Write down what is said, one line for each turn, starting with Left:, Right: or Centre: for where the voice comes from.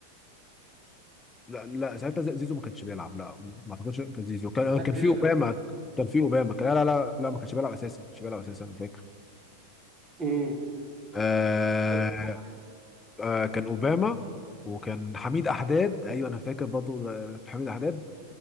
Left: لا لا ساعتها زي- زيزو ما كانش بيلعب لا ما اعتقدش كان زيزو كان
Right: لا
Left: كان في
Right: زيزو
Left: اوباما
Right: كان
Left: كان في اوباما كان لا لا لا لا ما كانش بيلعب اساسا ما كانش بيلعب اساسا انا فاكر
Right: امم
Left: آه
Right: <laughs>
Left: آه كان اوباما وكان حميد احداد ايوه انا فاكر برضو آه، حميد احداد